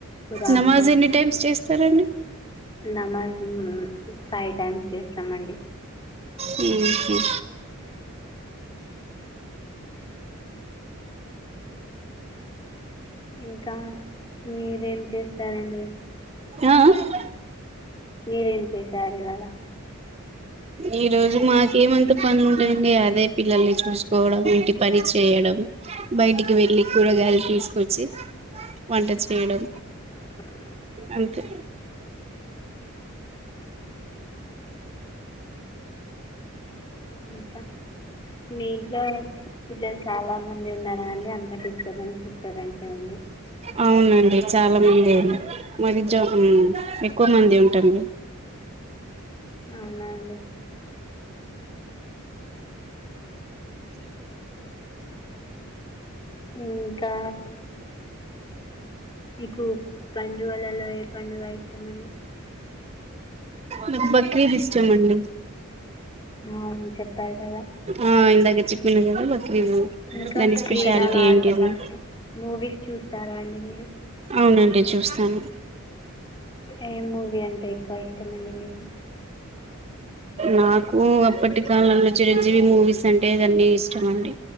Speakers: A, on the left (about 20°); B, on the right (about 30°).
A: ఖురాన్
B: నమాజ్ ఎన్ని టైమ్స్ చేస్తారండి
A: నమజ ఫైవ్ టైమ్స్ చేస్తామండి
B: ఉ
A: ఇంకా మీరేం చేస్తారండి
B: ఆ ఆ
A: మీరేం చేసారు ఇవాళ
B: ఈ రోజు మాకేమంత పని ఉంటుదండి అదే పిల్లల్ని చూసుకోవడం ఇంటి పని చేయడం బయటికి వెళ్లి కూరగాయలు తీసుకొచ్చి వంట చేయడం
A: అ
B: అంతే
A: ఇంకా మీ ఇంట్లో పిల్లలు చాలా మంది ఉన్నారా అండి అంత డిస్టబెన్స్ డిస్టర్బెన్సే ఉంది
B: అవునండి చాలా మంది ఉన్నారు మాది జ ఎక్కువ మంది ఉంటాం
A: అవునా అండి ఇంకా నీకు పండుగలలో ఏ పండుగ ఇష్టమండి
B: నాకు బక్రీద్ ఇష్టం అండి
A: అవును చెప్పారు కదా
B: ఆ ఇందాక చెప్పిన కదా బక్రీద్
A: ఇంకా
B: దాని స్పెషాలిటీ
A: క్రీడలు ఆడతారా
B: ఏంటిది
A: అండి మూవీస్ చూస్తారా అండి మీరు
B: అవునండి చూస్తాను
A: ఏ మూవీ అంటే ఎక్కువ ఇష్టమండి మీకు
B: నాకు అప్పటి కాలంలో చిరంజీవి మూవీస్ అంటే ఇదన్నీ ఇష్టం అండి